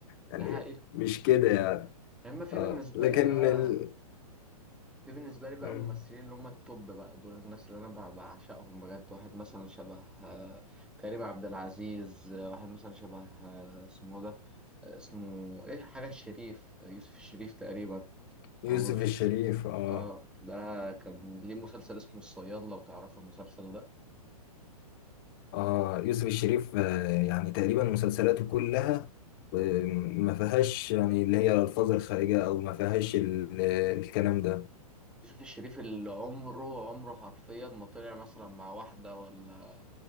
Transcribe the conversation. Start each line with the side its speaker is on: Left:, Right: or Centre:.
Left: يعني
Centre: ده حقيقة
Left: مش كده يعني
Centre: أما في
Left: اه
Centre: بالنسبة
Left: لكن
Centre: لي بقى
Left: ال...
Centre: في بالنسبة لي بقى
Left: مم.
Centre: ممثلين اللي هم التوب بقى دول الناس اللي أنا ب- بعشقهم بجد واحد مثلا شبه آه، كريم عبد العزيز آه، واحد مثلا شبه آه، اسمه ده آه، اسمه إيه حاجة الشريف آه، يوسف الشريف تقريبا
Left: يوسف
Centre: أو نور
Left: الشريف اه
Centre: اه ده كان ليه مسلسل اسمه الصياد لو تعرفوا المسلسل ده
Left: آه يوسف الشريف آه يعني تقريبا مسلسلاته كلها آه، ما فيهاش يعني اللي هي الألفاظ الخارجة أو ما فيهاش ال- الكلام ده
Centre: يوسف الشريف اللي عمره عمره حرفيا ما طلع مثلا مع واحدة ولا